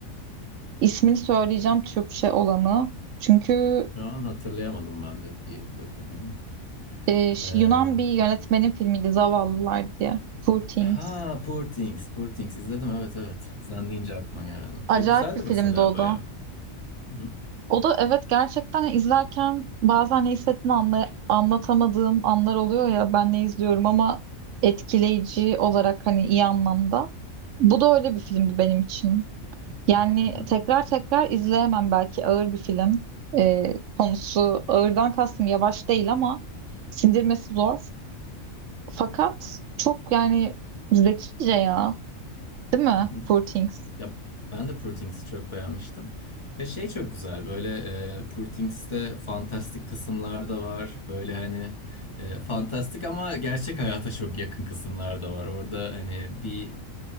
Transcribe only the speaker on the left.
Şu an hatırlayamadım ben de. Bir bakalım.
Ee,
ha Poor Things. Poor Things izledim. Evet evet. Sen deyince aklıma geldi.
O güzeldi
mesela
bayağı.
Hı hı.
Hı hı.
Hı hı.
Ya ben de Poor Things'i çok beğenmiştim. Ya şey çok güzel böyle e, Poor Things'te fantastik kısımlar da var. Böyle hani e, fantastik ama gerçek hayata çok yakın kısımlar da var. Orada hani bir